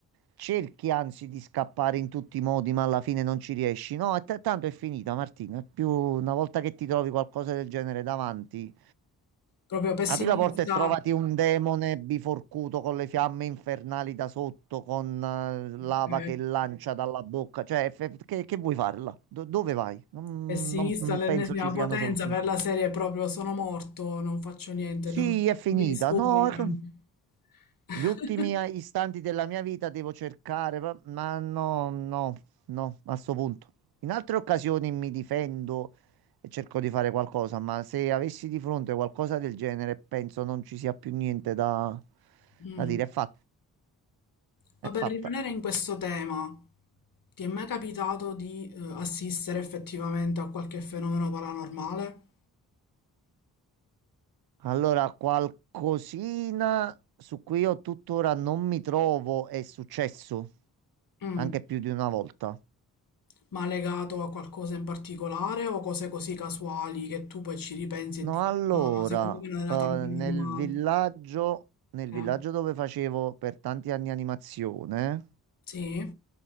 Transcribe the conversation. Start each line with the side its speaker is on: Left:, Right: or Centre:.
Right: Cerchi anzi di scappare in tutti i modi, ma alla fine non ci riesci. No, è t- tanto è finita, Martina. È più una volta che ti trovi qualcosa del genere davanti.
Left: Proprio pessimista,
Right: Apri la porta e Adesso. trovati un demone biforcuto con le fiamme infernali da sotto, con eh, lava
Left: ok.
Right: che lancia dalla bocca. Cioè, eff- che, che vuoi farla? Do- dove vai? Non,
Left: Pessimista
Right: non È
Left: all'ennesima
Right: penso ci siano
Left: potenza
Right: finita. soluzioni.
Left: per la serie proprio sono morto, non faccio niente,
Right: Sì,
Left: non, non
Right: è finita.
Left: mi disturba
Right: No,
Left: neanche.
Right: è che-
Left: <laughs>
Right: Gli ultimi eh, istanti della mia vita devo cercare, ma ma no, no, no, a sto punto. In altre occasioni mi difendo e cerco di fare qualcosa, ma se avessi di fronte qualcosa del genere, penso non ci sia più niente da,
Left: Mm.
Right: da dire. È fatta,
Left: Ma
Right: è
Left: per
Right: fatta.
Left: rimanere in questo tema, ti è mai capitato di eh, assistere effettivamente a qualche fenomeno paranormale?
Right: Allora, qualcosina su cui io tuttora non mi trovo è successo,
Left: Mm,
Right: anche più di una volta.
Left: Ma legato a qualcosa in particolare o cose così casuali che tu poi ci ripensi e
Right: No,
Left: dici,
Right: allora,
Left: ma secondo me non era
Right: eh,
Left: tanto normale?
Right: nel villaggio, nel
Left: Eh,
Right: villaggio dove facevo per tanti anni animazione,
Left: Sì,